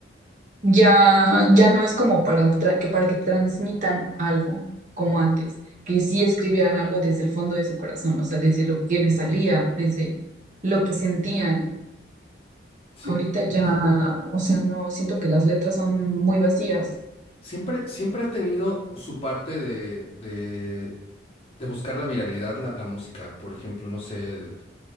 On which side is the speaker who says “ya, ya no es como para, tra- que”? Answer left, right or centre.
Right